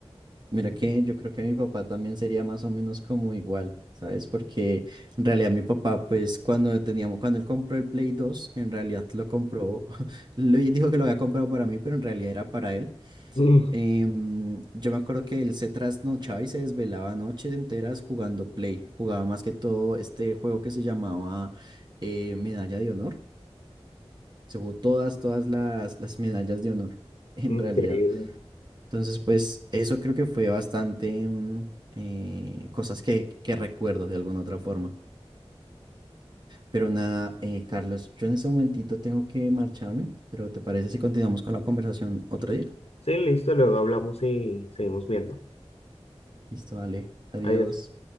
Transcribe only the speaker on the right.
Mira que yo creo que mi papá también sería más o menos como igual, ¿sabes? Porque en realidad mi papá, pues cuando teníamos, cuando él compró el Play dos, que en realidad lo compró, <laughs> lo, dijo que lo había comprado para mí, pero en realidad era para él.
em, yo me acuerdo que él se trasnochaba y se desvelaba noches enteras jugando Play. Jugaba más que todo este juego que se llamaba eh, Medalla de Honor. Se jugó todas, todas las, las medallas de honor, <laughs> en
realidad.
Entonces, pues eso creo que fue bastante mm, eh, cosas que, que recuerdo de alguna otra forma. Pero nada, eh, Carlos, yo en este momentito tengo que marcharme, pero ¿te parece si continuamos con la conversación otro día?
Listo, dale, adiós.